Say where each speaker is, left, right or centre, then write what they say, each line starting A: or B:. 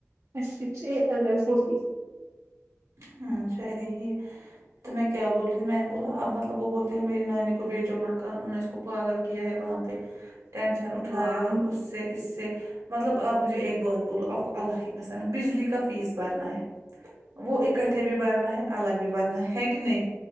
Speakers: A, on the right; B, on the right.
A: S H A L L O T
B: ہمم شاید یہی ہے تو میں کیا بول رہی تھی میں نے بولا اب مطلب وہ بولتے ہیں میری نانی کو بیچو مکان انہوں نے اس کو پاگل کیا ہے وہاں پہ ٹینشن اٹھایا
A: ہاں
B: ہے اس سے اس سے مطلب آپ مجھے ایک بات بولو آپ کو اللہ کی خصم بجلی کا فیس بھرنا ہے وہ ایک تھے بھی بارنا ہے الگ بھی بارنا ہے ہے کہ نہیں